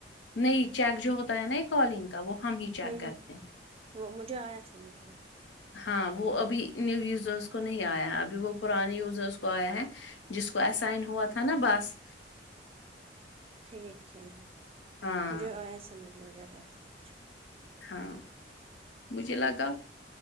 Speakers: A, on the left; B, on the right.
A: نہیں چیک جو ہوتا ہے نا کالنگ کا وہ ہم ہی چیک
B: ہوں
A: کرتے
B: ہوں
A: ہیں
B: وہ مجھے آیا سمجھ وہ
A: ہاں وہ ابھی نیو یوزرس کو نہیں آیا ہے ابھی وہ پرانے یوزرس کو آیا ہے جس کو آسائن ہوا تھا نا بس
B: ٹھیک ہے
A: ہاں
B: مجھے آیا سمجھ مجھے آیا سمجھ
A: ہاں مجھے لگا